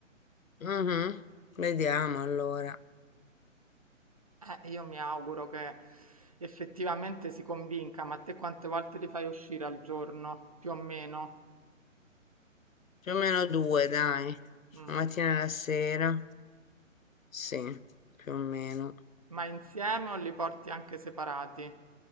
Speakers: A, on the left (about 80°); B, on the right (about 30°).
A: Mhm. Vediamo allora.
B: Eh, io mi auguro che effettivamente si convinca, ma te quante volte li fai uscire al giorno, più o meno?
A: Più o meno due, dai.
B: Mm.
A: La mattina e la sera. Sì, più o meno.
B: Ma insieme o li porti anche separati?